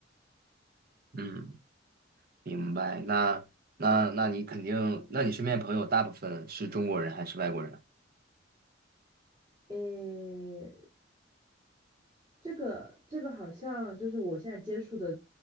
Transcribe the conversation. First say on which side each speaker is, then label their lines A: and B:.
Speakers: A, on the right (about 50°); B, on the right (about 30°).
A: 嗯。明白。那那那你肯定，那你身边朋友大部分是中国人还是外国人？
B: 诶，这个这个好像就是我现在接触的，